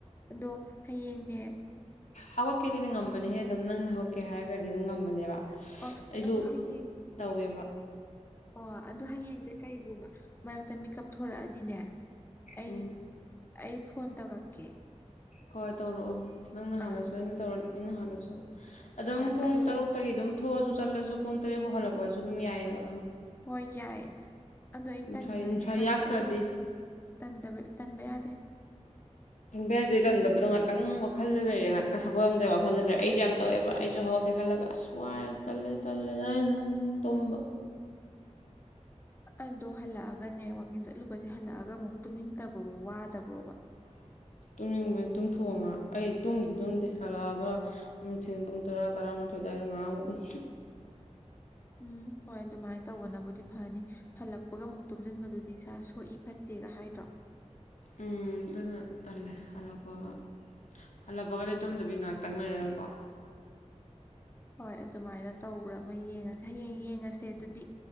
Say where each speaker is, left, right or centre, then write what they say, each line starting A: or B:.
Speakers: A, on the left; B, on the left.
A: ꯑꯗꯣ ꯍꯌꯦꯡꯅꯦ
B: ꯍꯧꯒꯠꯀꯦꯗꯤꯅ‌ꯦ ꯉꯝꯕꯅꯤꯍꯦ ꯑꯗꯨꯝ ꯅꯪꯅ ꯍꯧꯒꯠꯀꯦ ꯍꯥꯏꯔꯒꯗꯤ ꯑꯗꯨꯝ ꯉꯝꯕꯅꯦꯕ ꯑꯁ
A: ꯑꯣ
B: ꯑꯩꯖꯨ
A: ꯑꯗꯣ ꯍꯌꯦꯡ
B: ꯇꯧꯋꯦꯕ
A: ꯑꯣ ꯑꯗꯨ ꯍꯌꯦꯡꯁꯦ ꯀꯩꯒꯨꯝꯕ ꯃꯔꯛꯇ ꯃꯤꯀꯞ ꯊꯣꯔꯛꯑꯗꯤꯅꯦ ꯑꯩ
B: ꯎꯝ
A: ꯑꯩ ꯐꯣꯟ ꯇꯧꯔꯛꯀꯦ
B: ꯍꯣꯏ ꯇꯧꯔꯛꯑꯣ ꯅꯪꯅ ꯍꯜꯂꯁꯨ
A: ꯑꯥ
B: ꯑꯩꯅ ꯇꯧꯔꯛ ꯑꯩꯅ ꯍꯜꯂꯁꯨ ꯑꯗꯨꯝ
A: ꯍꯣꯏ
B: ꯄꯨꯡ
A: ꯑꯗꯨ
B: ꯇꯔꯨꯛꯇꯒꯤ ꯑꯗꯨꯝ ꯊꯣꯛꯑꯁꯨ ꯆꯠꯂꯁꯨ ꯄꯨꯡ ꯇꯔꯦꯠ ꯐꯥꯎ ꯍꯜꯂꯛꯄꯁꯨ ꯑꯗꯨꯝ ꯌꯥꯏꯕ
A: ꯍꯣꯏ ꯌꯥꯏ ꯑꯗꯣ ꯑꯩ
B: ꯅꯨꯡꯁꯥ
A: ꯇꯟꯈ꯭ꯔꯗꯤ
B: ꯅꯨꯡꯁꯥ
A: ꯈꯪꯗꯦ
B: ꯌꯥꯛꯇ꯭ꯔꯗꯤ
A: ꯑꯗ‌ꯣ ꯇꯟꯗꯕ ꯇꯟꯕ ꯌꯥꯗꯦ
B: ꯇꯟꯕ ꯌꯥꯗ‌ꯦ ꯇꯟꯗꯕꯗꯣ ꯉꯥꯛꯇꯪ ꯋꯥꯈꯜꯗ ꯂꯩꯔꯦ ꯉꯥꯛꯇꯪ ꯍꯧꯒꯠꯂꯝꯗꯥꯏ ꯋꯥꯈꯜꯗ ꯂꯩꯔꯦ ꯑꯩꯁꯨ ꯌꯥꯝ ꯇꯧꯋꯦꯕ ꯑꯩꯁꯨ ꯍꯧꯒꯠ ꯀ‌ꯦ ꯈꯜꯂꯒ ꯑꯁ ꯋꯥꯔ‌ꯦ ꯇꯜꯂꯦ ꯇꯜꯂꯦꯗꯅ ꯑꯗꯨꯝ ꯇꯨꯝꯕ
A: ꯑꯗꯣ ꯍꯜꯂꯛꯑꯒꯅꯦ ꯋꯥꯛꯀꯤꯡ ꯆꯠꯂꯨꯕꯁꯦ ꯍꯜꯂꯛꯑꯒ ꯑꯃꯨꯛ ꯇꯨꯝꯅꯤꯡꯗꯕ꯭ꯔꯣ ꯋꯥꯗꯕ꯭ꯔꯣꯕ
B: <inaudible> ꯇꯨꯝꯅꯤꯡꯕꯅꯤ ꯇꯨꯝꯊꯣꯛꯑ‌ꯣ ꯑꯩ ꯇꯨꯝꯗꯤ ꯇꯨꯝꯗꯦ ꯍꯜꯂꯛꯑꯒ ꯅꯨꯡꯊꯤꯟ ꯄꯨꯡ ꯇꯔꯥ ꯇꯔꯥꯃ ꯊ‌ꯣꯏ ꯑꯗꯥꯏꯗ ꯉꯥꯛ ꯃꯨꯛ ꯎꯏ
A: ꯎꯝ ꯍꯣꯏ ꯑꯗꯨꯃꯥꯏꯅ ꯇꯧꯕꯅꯕꯨꯗꯤ ꯐꯅꯤ ꯍꯜꯂꯛꯄꯒ ꯑꯃꯨꯛ ꯇꯨꯝꯁꯤꯟꯕꯗꯨꯗꯤ ꯏꯁꯥ ꯁꯣꯛꯏ ꯐꯠꯇꯦ ꯒ ꯍꯥꯏꯗ꯭ꯔꯣ
B: ꯎꯝ ꯑꯗꯨꯅ ꯇꯜꯂꯦ ꯍꯜꯂꯛꯄꯒ ꯍꯜꯂꯞꯄꯒꯅ‌ꯦ ꯇꯨꯝꯗꯕꯤ ꯉꯥꯏꯍꯥꯛꯇꯪ ꯂꯩꯔꯒꯀꯣ
A: ꯍꯣꯏ ꯑꯗꯨꯃꯥꯏꯅ ꯇꯧꯕ꯭ꯔꯥ ꯑꯃ ꯌꯦꯡꯉꯁꯦ ꯍꯌꯦꯡ ꯌꯦꯡꯉꯁꯦ ꯑꯗꯨꯗꯤ